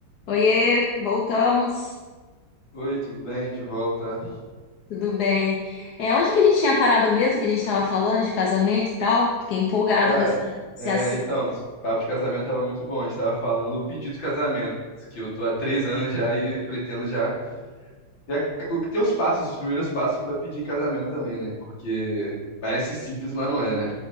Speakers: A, on the left (about 60°); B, on the left (about 80°).
A: Oiê, voltamos.
B: Oi, tudo bem? De volta.
A: Tudo bem? É, onde que a gente tinha parado mesmo, que a gente estava falando de casamento e tal? Fiquei empolgado
B: Cara,
A: com essa- esse
B: é,
A: assunto.
B: então, esse papo de casamento tava muito bom. A gente tava falando do pedido de casamento, que eu tô há três anos já e pretendo já, já o- ter os passos, os primeiros passos pra pedir em casamento também, né? Porque parece simples, mas não é, né?